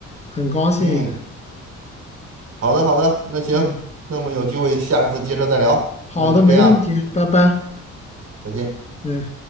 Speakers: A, on the left; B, on the right.
A: 很高兴。
B: 嗯，好的好的，那行，
A: 对，
B: 那我们有机会下次接着再聊，
A: 好的，
B: 那就这样，
A: 没问题，拜拜。
B: 再见。
A: 嗯。